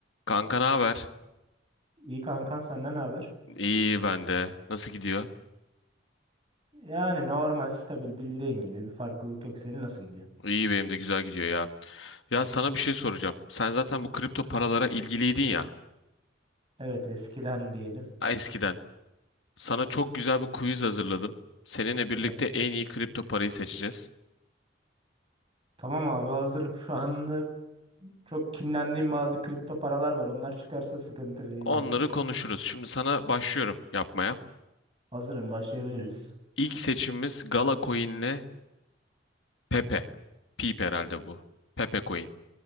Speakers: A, on the left; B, on the right.
A: Kanka ne haber?
B: İyi kankam senden ne haber?
A: İyi ben de. Nasıl gidiyor?
B: Yani normal stabil bildiğin gibi bir farklılık yok. Senin nasıl gidiyor?
A: İyi benim de güzel gidiyor ya. Ya sana bir şey soracağım. Sen zaten bu kripto paralara ilgiliydin ya.
B: Evet eskiden diyelim.
A: ha, Eskiden. Sana çok güzel bir quiz hazırladım. Seninle birlikte
B: Evet.
A: en iyi kripto parayı seçeceğiz.
B: Tamam abi hazırım. Şu anda çok kinlendiğim bazı kripto paralar var. Onlar çıkarsa sıkıntı değil
A: Onları
B: yani.
A: konuşuruz. Şimdi sana başlıyorum yapmaya.
B: Hazırım başlayabiliriz.
A: İlk seçimimiz Gala Coin Pepe. Peep herhalde bu. Pepe Coin.